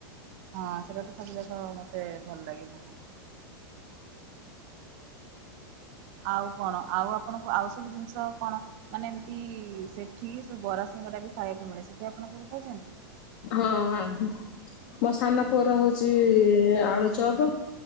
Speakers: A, on the right (about 50°); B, on the left (about 55°).
A: ହଁ ସେଟା ତ ସବୁ ଜକ ମତେ ଭଲ ଲାଗେ ବହୁତ। ଆଉ କଣ ଆଉ ଆପଣଙ୍କୁ ଆଉ ସବୁ ଜିନିଷ କଣ ମାନେ ଏମିତି ସେଠି ସବ ବରା ସିଙ୍ଗ ଟା ବି ଖାଇବାକୁ ମିଳେ ସେଠି ଆପଣ କେବେ ଖାଇଛନ୍ତି।
B: ହଁ ହଁ ମୋ ସାନ ପୁଅର ହଉଛି ଆଳୁ ଚପ